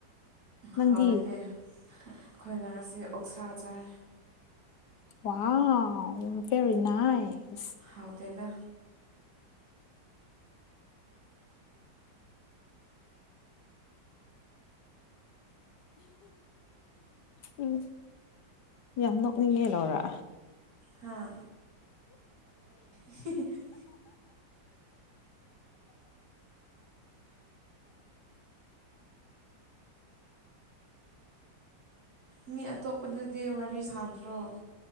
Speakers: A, on the left; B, on the right.
A: ꯅꯪꯗꯤ
B: ꯍꯥꯎꯋꯤꯅꯦ ꯑꯩꯈꯣꯏꯅ ꯉꯁꯤ ꯑꯣꯛꯁꯥ ꯆꯥꯏ
A: ꯋꯥꯎ ꯕꯦꯔꯤ ꯅꯥꯏꯁ
B: ꯍꯥꯎꯇꯦꯗ
A: ꯎꯝ ꯌꯥꯝ ꯅꯣꯛꯅꯤꯡꯉꯦ ꯂꯧꯔ
B: ꯍꯥꯥ <unintelligible> ꯃꯤ ꯑꯇꯣꯞꯄꯗꯗꯤ ꯋꯥꯔꯤ ꯁꯥꯗ꯭ꯔꯣ